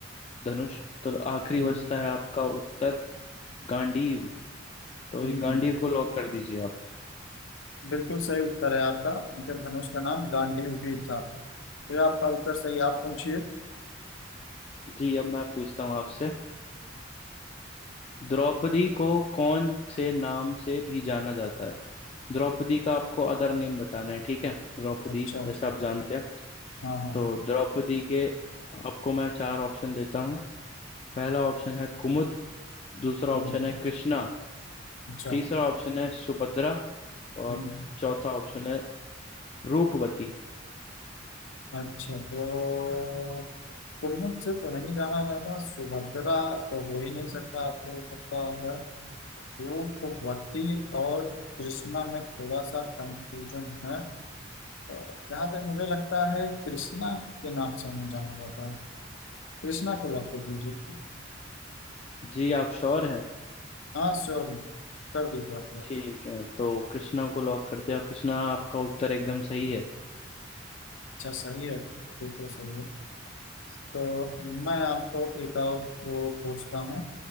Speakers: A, on the left (about 35°); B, on the left (about 80°).
A: धनुष तो आखिरी
B: हम्म,
A: बचता है आपका उत्तर गांडीव तो
B: हम्म।
A: ये गांडीव को लॉक कर दीजिए आप
B: बिल्कुल सही उत्तर है आपका उनके धनुष का नाम गांडीव भी था तो ये आपका उत्तर सही आप पूछिए
A: जी अब मैं पूछता हूँ आपसे द्रौपदी को कौन से नाम से भी जाना जाता है द्रौपदी का आपको अदर नेम बताना है ठीक है द्रौपदी
B: अच्छा अच्छा
A: जैसे आप जानते हैं
B: हाँ हाँ
A: तो द्रौपदी के आपको मैं चार ऑप्शन देता हूँ पहला ऑप्शन है कुमुद दूसरा
B: हम्म,
A: ऑप्शन है कृष्णा
B: अच्छा
A: तीसरा ऑप्शन है सुभद्रा और
B: हम्म,
A: चौथा ऑप्शन है रूपवती
B: अच्छा तो कुल्लू से तो नहीं जाना जाता सुभद्रा तो हो ही नहीं सकता आपको भी पता है वो भगवती और कृष्णा में थोड़ा सा कंफ्यूजन है तो जहाँ तक मुझे लगता है कृष्णा के नाम से नहीं जाना जाता है कृष्णा को लॉक कर दीजिए
A: जी आप श्योर हैं
B: हाँ श्योर कर दीजिए आप लोग
A: ठीक है तो कृष्णा को लॉक करते हैं और कृष्णा आपका उत्तर एकदम सही है
B: अच्छा सही है बिल्कुल सही है तो मैं आपको एक और वो पूछता हूँ